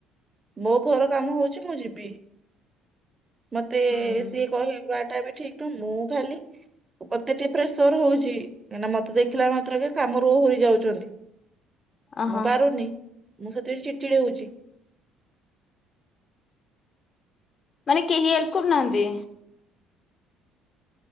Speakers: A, on the right; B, on the left.
A: ମୋ ଘର କାମ ହଉଚି ମୁଁ ଯିବି। ମତେ
B: ହୁଁ ହୁଁ।
A: ସିଏ କହିବାଟା ବି ଠିକ। ମୁଁ ଖାଲି ମୋତେ ଟିକେ ପ୍ରେସର ହଉଚି କାହିଁକିନା ମତେ ଦେଖିଲା ମାତ୍ରକେ କାମରୁ ଓହୁରି ଯାଉଚନ୍ତି।
B: ଓହୋ
A: ପାରୁନି ମୁଁ ସେଥିପାଇଁ ଚିଡ ଚିଡ ହଉଚି।
B: ମାନେ କେହି ହେଲ୍ପ କରୁନାହାନ୍ତି